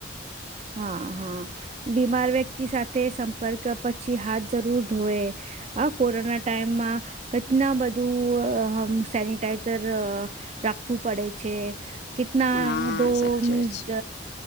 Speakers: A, on the right (about 35°); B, on the left (about 60°).
A: હા હા બીમાર વ્યક્તિ સાથે સંપર્ક પછી હાથ જરૂર ધોવે હ કોરોના ટાઈમમાં કેટના બધું સેનિટાઈઝર રાખવું પડે છે કેતના
B: હા
A: ડો
B: સાચી
A: <unintelligible> મીન્સ
B: વાત છે